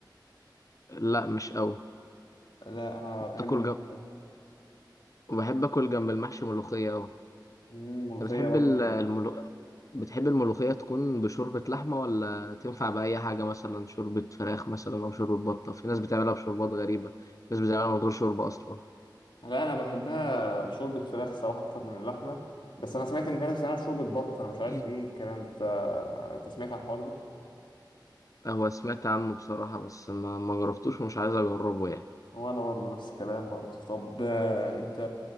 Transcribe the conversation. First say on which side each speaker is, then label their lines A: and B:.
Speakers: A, on the left; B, on the left.
A: لا مش قوي
B: لا انا بحب
A: تاكل
B: الممبار
A: جنب وبحب آكل جنب المحشي ملوخية أوي
B: مم، ملوخيه
A: انت بتحب
B: برضو
A: ال- الملو... بتحب الملوخية تكون بشوربة لحمة ولا تنفع بأي حاجة مثلا شوربة فراخ مثلا أو شوربة بطة في ناس بتعملها بشوربات غريبة في ناس بتعملها من غير شوربة أصلا
B: لا انا بحبها بشوربه فراخ صراحه اكتر من اللحمه بس انا سمعت ان في ناس بتعملها بشوربه بط انا مش عارف
A: <clears throat>
B: ايه الكلام ده انت سمعت عن الحوار ده
A: هو سمعت عنه بصراحة بس ما ما جربتوش ومش عايز أجربه يعني
B: وانا برضه نفس الكلام برضه طب آه، انت